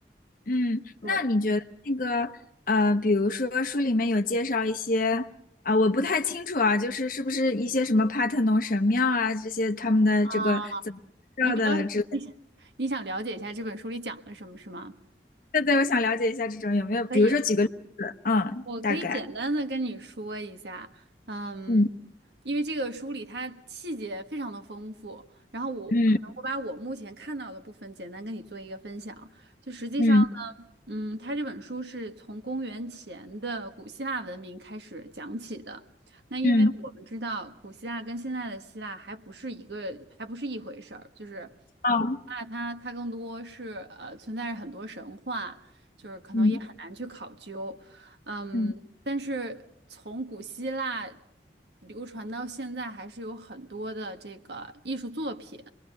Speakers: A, on the left; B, on the right.
A: 嗯，
B: 对
A: 那你觉得那个呃，比如说书里面有介绍一些啊、我不太清楚啊，就是是不是一些什么帕特农神庙啊这些他们的这个怎么介绍的之类的
B: 啊，你比较你想你想了解一下这本书里讲了什么，是吗？
A: 对对，我想了解一下这种有没有，比如说举个例子，
B: 可以。
A: 嗯，
B: 我可以简单的跟你说一下，
A: 大概，
B: 嗯，
A: 嗯
B: 因为这个书里它细节非常的丰富，然后我可能我把我目前看到的部分简单跟你做一个分享。
A: 嗯
B: 就实际上呢，
A: 嗯
B: 嗯，它这本书是从公元前的古希腊文明开始讲起的。那因为我们知道古希腊跟现在的希腊还不是一个，
A: 嗯，
B: 还不是一回事儿，就是古希腊它它更多是呃存在着很多神话，
A: 啊
B: 就是可能也很难去考究。
A: 嗯
B: 嗯，
A: 嗯
B: 但是从古希腊流传到现在，还是有很多的这个艺术作品。